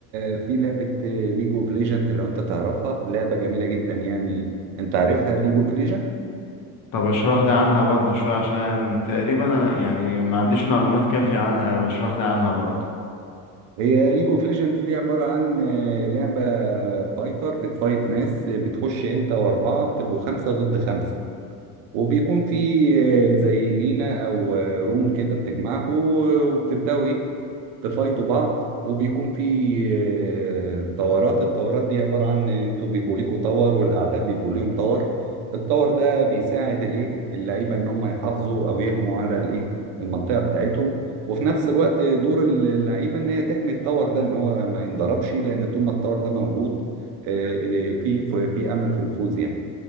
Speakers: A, on the right; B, on the left.
A: آه، في لعبة ليج اوف ليجند لو انت تعرفها لعبة جميلة جدا يعني انت عارفها ليج اوف ليجند
B: طب اشرح لي عنها برضه شويه عشان تقريبا انا يعني ما عنديش معلومات كافيه عنها او اشرح لي عنها برضه
A: هي ليج اوف ليجند دي عبارة عن آه، لعبة فايتر بتفايت ناس آه، بتخش انت واربعة بتبقوا خمسة ضد خمسة وبيكون في آه، زي لينا او آه، روم كده بتجمعكوا آه، وبتبدأوا ايه بفايتوا بعض وبيكون في آه، طورات الطورات دي عبارة عن انتوا بيبقوا ليكوا طور والأعداء بيبقوا ليهم طور الطور ده بيساعد الايه اللعيبة ان هم يحافظوا او يحموا على الايه المنطقة بتاعتهم وفي نفس الوقت دور اللعيبة ان هي تحمي الطور ده ان هو ما ينضربش لان طول ما الطور ده موجود آه، في في امل في الفوز يعني